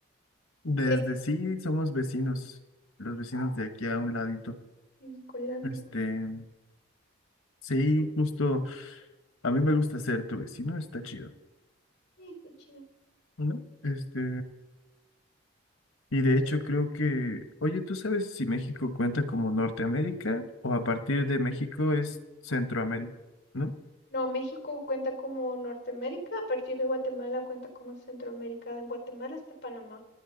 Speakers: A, on the left; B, on the left.
A: Desde
B: de
A: sí, somos vecinos, los vecinos de aquí a un ladito.
B: Nicolandia.
A: Este, sí, justo, a mí me gusta ser tu vecino, está chido,
B: Eh, qué chido.
A: ¿no? Este, y de
B: Entonces,
A: hecho creo que, oye, ¿tú sabes si México cuenta como Norteamérica o a partir
B: sí,
A: de México es Centroamérica, ¿no?
B: No, México cuenta como Norteamérica, a partir de Guatemala cuenta como Centroamérica, de Guatemala hasta Panamá.